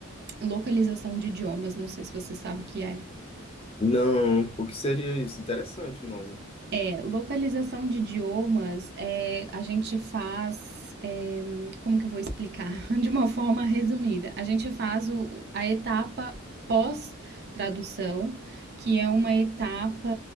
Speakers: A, on the right; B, on the left.
A: localização de idiomas, não sei se você sabe o que é.
B: Não, o que seria isso? Interessante o nome.
A: É, Localização de idiomas, é, a gente faz, é, como que eu vou explicar? <laughs> De uma forma resumida, a gente faz o- a etapa pós-tradução, que é uma etapa